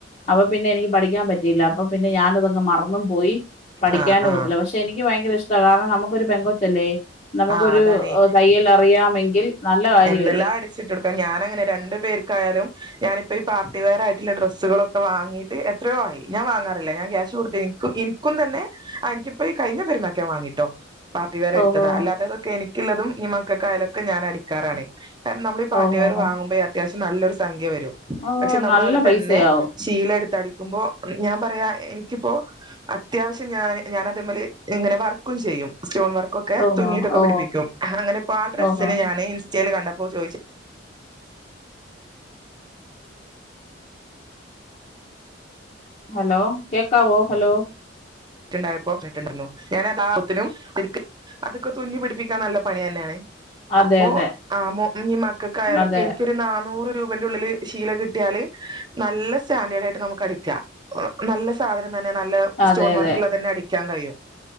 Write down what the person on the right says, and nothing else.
ആ ആ
ആ അതാണേ
ഇതെല്ലാം അടിച്ചിട്ടൊടുക്കാം ഞാനങ്ങനെ രണ്ടു പേർക്കായാലും ഞാനിപ്പോ ഈ പാർട്ടിവെയർ ആയിട്ടുള്ള ഡ്രസ്സുകളൊക്കെ വാങ്ങീട്ട് എത്രയോ ആയി ഞാൻ വാങ്ങാറില്ല ഞാൻ ക്യാഷ് കൊടുത്തി എനിക്കും തന്നെ എനിക്കിപ്പോ ഈകഴിഞ്ഞ പെരുന്നാക്ക് ഞാ വാങ്ങിട്ടോ പാട്ടിവെയർ എടുത്തത
അല്ല എനിക്കുള്ളതും മക്കക്കായലൊക്കെ ഞാൻ അടിക്കാറാണ്. കാരണമ്മളീ പാർട്ടിവയർ
വാങ്ങ്മ്പോ അത്യാവശ്യം നല്ലൊരു സംഖ്യ വരും.
പക്ഷെ നമ്മൾ
അത്
തന്നെ ശീലം എടുത്തട ുമ്പോ ഞാൻ പറയാ എനിക്കിപ്പോ അത്യാവശ്യം ഞാൻ ഞാന അതേ മലെ ഇങ്ങനെ വർക്കും ചെയ്യും. ൂൺ വർക്ക് ഓക്കെ.
തുന്നിട്ടൊക്കെ
പിടിപ്പിക്കും. അങ്ങനെപ്പോ ആ ഡ്രസ്സിന്
ഞാന് ചേൽ കണ്ടപ്പോ ചോയിച്ചു
<unintelligible> അതൊക്കെ തുന്നി പിടിപ്പിക്കാൻ നല്ല പണി തന്നെയാണ്
അപ്പൊ
ആ മക്കൾക്കായാലൊക്കെ
എനിക്കൊരു നാനൂറ് രൂപ ഉള്ള ശല കിട്ടിയാൽ നല്ല സ്റ്റാട്ട് നമട നല്ല സാധ <unintelligible> െ നല്ല
സ്റ്റോൺ
വർക്ക് തന്നെ അടിക്കാൻ കഴിയും